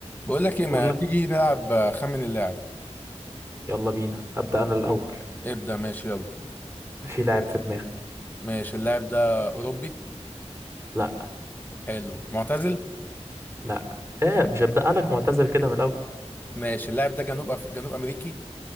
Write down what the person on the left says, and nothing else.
بقول لك ايه ما
تيجي نلعب آه، خمن اللاعب
ابدأ ماشي يلا
ماشي اللاعب ده اوروبي
حلو معتزل
ماشي اللاعب ده جنوب أف... جنوب امريكي